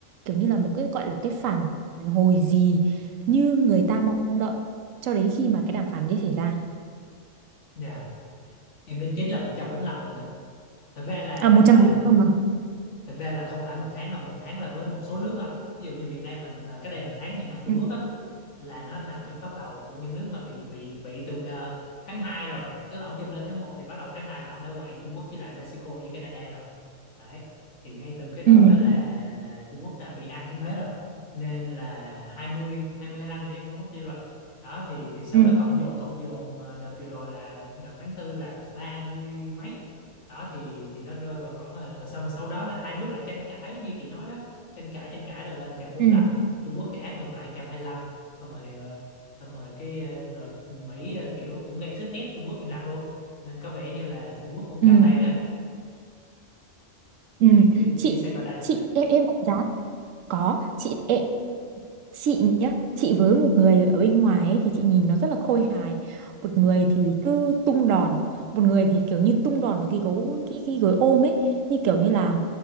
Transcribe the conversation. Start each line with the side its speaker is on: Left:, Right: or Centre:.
Right: kiểu như là một cái gọi là cái phản hồi gì như người ta mong đợi cho đến khi mà cái đàm phán đấy xảy ra
Left: Dạ, Em đến chính là 145 lần đó. Thật ra là
Right: À 145
Left: là
Right: mà.
Left: thật ra là không phải một tháng đâu, một tháng là với một số nước thôi. Ví dụ như Việt Nam là là cái đây một tháng nhưng mà Trung
Right: Ừ.
Left: Quốc á là nó nằm trong top đầu của những nước mà bị bị bị từ ờ, tháng 2 rồi. Tức là ông Trump lên tháng một thì bắt đầu tháng 2 là ông đã quậy Trung Quốc với lại Mexico với Canada rồi. Đấy. Thì ngay từ cái đoạn
Right: Ừ.
Left: đó là là Trung Quốc đã bị ăn cái thuế rồi nên là 20 20 lăm gì đấy em quên mất tiêu rồi đó thì thì sau
Right: Ừ.
Left: đó cộng dồn cộng dồn mà đợt vừa rồi là đợt tháng tư là 30 mấy đó thì thì nó rơi vào khoảng là- rồi xong sau đó là hai nước lại tranh cãi như chị nói đó tranh cãi tranh cãi rồi lên một trăm bốn
Right: Ừ.
Left: mươi lăm Trung Quốc thì áp ngược lại 125 xong rồi ờ, xong rồi cái ờ, rồi Mỹ ờ, kiểu cũng gây sức ép Trung Quốc im lặng luôn nên có vẻ như là Trung Quốc cũng
Right: Ừ.
Left: cao tay đó
Right: Ừ.
Left: chị biết-
Right: Chị
Left: chị biết sao cao tay
Right: chị em em đánh giá có chị e- chị nhá chị với một người ở bên ngoài ấy, thì chị nhìn nó rất là khôi hài một người thì cứ tung đòn một người thì kiểu như tung đòn và ghi gối ghi, ghi gối ôm ấy như kiểu như là